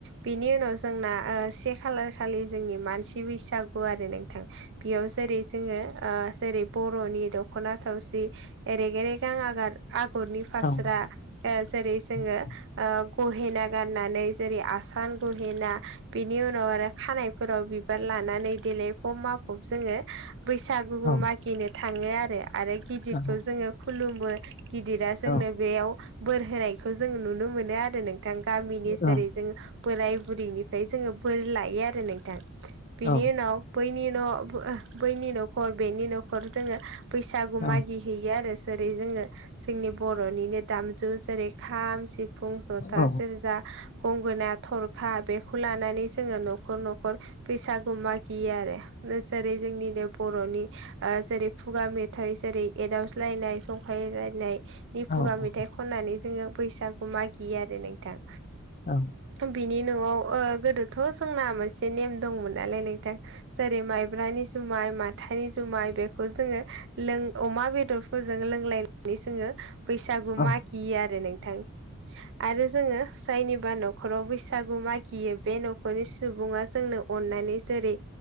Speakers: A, on the right; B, on the left.
A: बिनि उनाव जोंना ओ से खालार खालि जोंनि मानसि बैसागु आरो नोंथां। बेयाव जेरै जोङो ओ जेरै। बर'नि दख'ना थावसि एरेगे रेगां आगार आगरनि फास्रा
B: औ ओं औ ओं औ
A: ओ जेरै जोङो।
B: औ
A: ओ गहेना गाननानै जेरै आसान गहेना बिनि उनाव आरो खानायफोराव बिबार लानानै देलायफब माफब जोङो बैसागुबो
B: औ
A: मागिनो थाङो आरो गिदिरखौ
B: औ
A: जोङो खुलुमो गिदिरा जोंनो
B: औ
A: बेयाव बोर होनायखौ जों नुनो मोनो आरो नों थां गामिनि
B: औ
A: जेरै जों बोराय बुरैनिफ्राय जोङो बोर लायो आरो नोंथां। बिनि
B: औ
A: उनाव बैनि न' ओ बैनि न'खर बेनि न'खर जोङो बैसागु
B: औ
A: मागि हैैयो आरो जेरै जोङो जोंनि बर'निनो दाम जु जेरै खाम सिफुं जथा
B: औ
A: सेरजा गंगोना थरखा बेखौ लानानै जोङो न'खर न'खर बैसागु मागियो आरो। जेरै जोंनिनो बर'नि ओ जेरै खुगा मेथाइ जेरै एदावज्लायनाय जंखायलायनाय नि
B: औ
A: खुगा मेथाइ खननानै जोङो बैसागु मागियो आरो नोंथां।
B: औ।
A: बिनि न'आव ओ गोदोथ' जोंना मोनसे नेम दंमोन नालाय नोंथां। जेरै मायब्रानि जुमाय माथानि जुमाय बेखौ जोङो लों अमा बेदरफोरजों लोंलायनानै जोङो बैसागु
B: औ
A: मागियो आरो नोंथां आरो जोङो जायनिबा न' न'खराव बैसागु मागियो बे न'खरनि सुबुङा जोंनो अननानै जेरै